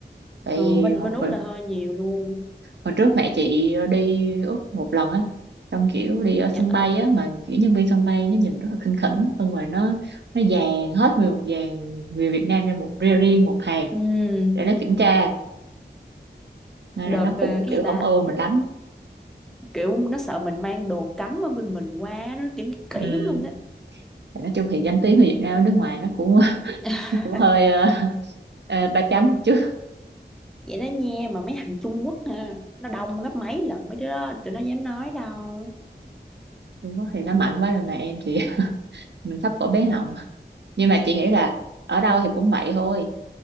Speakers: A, on the right; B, in the centre.
A: tại
B: ờ,
A: vì
B: bên
A: hồi,
B: bên Úc
A: hồi
B: là hơi nhiều luôn
A: hồi trước mẹ chị đi Úc một lần á xong kiểu đi ở
B: dạ
A: sân bay á mà kiểu nhân viên sân bay nó nhìn rất là khinh khỉnh xong rồi nó nó dàn hết người một dàn người Việt Nam ra một riêng riêng một hàng
B: ừ,
A: để nó kiểm tra nên
B: đợt
A: là nó
B: ờ,
A: cũng
B: cái
A: kiểu
B: gì ta
A: không ưa mình lắm
B: kiểu nó sợ mình mang đồ cấm ở bên mình qua nó kiểm kỹ
A: ừ.
B: lắm luôn á
A: Thì nói chung thì danh tiếng người Việt Nam ở nước ngoài nó cũng <laughs>
B: <laughs>
A: nó cũng hơi ờ, <laughs> ờ, ba chấm một chút
B: vậy đó nha mà mấy thằng Trung Quốc hả, nó đông gấp mấy lần mấy đứa đó tụi nó dám nói đâu
A: Trung Quốc thì nó mạnh quá rồi mà em thì <laughs> mình thấp cổ bé họng nhưng mà chị nghĩ là ở đâu thì cũng vậy thôi